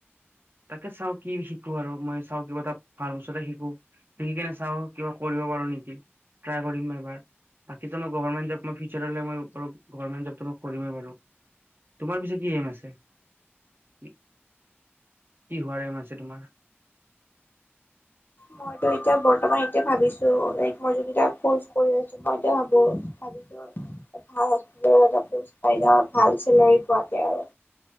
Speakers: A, on the right; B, on the left.
A: তাকে চাও কি শিকো আৰু মই চাওঁ কিবা এটা ভাল বস্তু এটা শিকো শিকি কিনে চাওঁ কিবা কৰিব পাৰো নেকি ট্ৰাই কৰিম ন' এবাৰ বাকীটো মই গভাৰমেণ্ট জব মই ফিউচাৰলৈ মই <unintelligible> গভাৰ্মেণ্ট জবটো মই কৰিমেই বাৰু তোমাৰ পিছে কি এম আছে <inaudible> কি হোৱা এম আছে তোমাৰ?
B: মইতো এতিয়া বৰ্তমান এতিয়া ভাবিছো লাইক মই যদি এটা কৰ্চ কৰি আছো মই এতিয়া ভাবো ভাবিছো আৰু এ ভাল হস্পিতেল এটা পোষ্ট পাই যাওঁ ভাল চেলাৰী পোৱাকে আৰু।